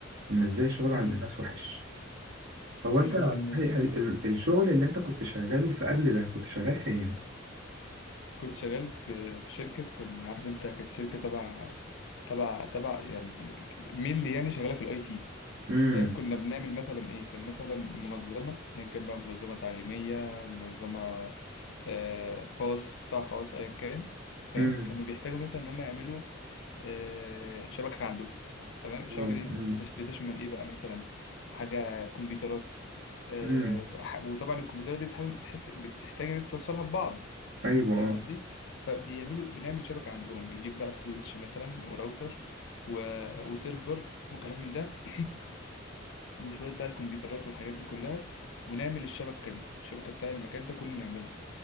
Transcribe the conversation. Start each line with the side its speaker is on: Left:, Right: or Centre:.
Right: ان ازاي الشغل عند
Left: مم.
Right: الناس وحش هو
Left: مليون
Right: انت
Left: في المية
Right: صحيح ال- الشغل اللي انت كنت شغاله في قبل ده كنت شغال فين
Left: كنت شغال في في شركة كان عارف انت كانت شركة تبع تبع تبع يعني مينلي يعني شغالة في الاي تي
Right: امم
Left: فاهم كنا بنعمل مثلا ايه كان مثلا منظمة ايا كان بقى منظمة تعليمية منظمة آه خاص قطاع خاص ايا كان فاهم
Right: امم
Left: كانوا بيحتاجوا مثلا ان هم يعملوا آه شبكة عندهم تمام الشبكة
Right: اه
Left: دي
Right: امم
Left: بتش- بتشمل ايه بقى مثلا حاجة كمبيوترات آه
Right: امم
Left: ح- وطبعا الكمبيوترات دي بتحاول- بتحس بتحتاج ان انت توصلها ببعض
Right: ايوه
Left: فاهم
Right: آه.
Left: قصدي فبيعملوا بنعمل شبكة عندهم بنجيب بقى سويتش مثلا وراوتر و... وسيرفر وكلام من ده وشوية بقى الكمبيوترات والحاجات دي كلها ونعمل الشبكة دي الشبكة بتاع المكان ده كله نعملها